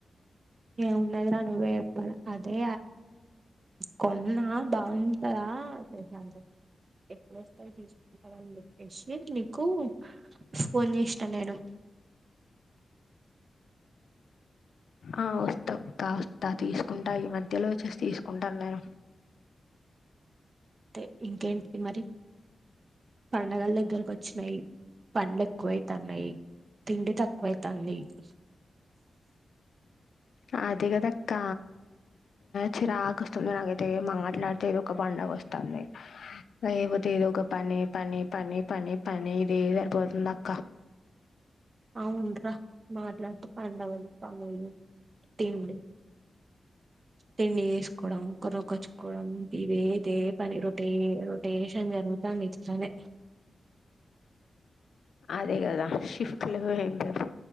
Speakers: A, on the right; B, on the left.
A: ఏం ఉన్నది రా నువ్వే చెప్పాల అదే కొన్నా బాగుంటదా చేసాం ఎప్పుడు వస్తావ్ తీసుకుంటరు అని చెప్పేసిి నీకు ఫోన్ చేసినా నేను
B: ఆ వస్తా అక్క వస్తా తీసుకుంటా ఈ మధ్యలో వచ్చేసి తీస్ కుంటన్ నేను
A: టే ఇంకేంటి ది మరి పండగలు దగ్గరకు వచ్చినాయి పన్లు ఎక్కువైతాన్నాయి తిండి తక్కువైతాంది <inaudible>
B: అది కదే అక్క చిరాకు వస్తుంది నాకైతే మా మాట్లాడితే ఏదో ఒక పండుగ వస్తుంది అపోతే ఏదో ఒక పని పని పని పని పని ఇది సరిపోతుంది అ
A: అవునురా మాట్లాడుతూ పండగలు పగలు తిండి తిండి వేసుకోవడం కూరగచుకోవడం ఇవే ఇదే పని రొటే రొటేషన్ జరుగుతా ఇట్లోనే
B: అదే కదా షిఫ్ట్లు ఏంది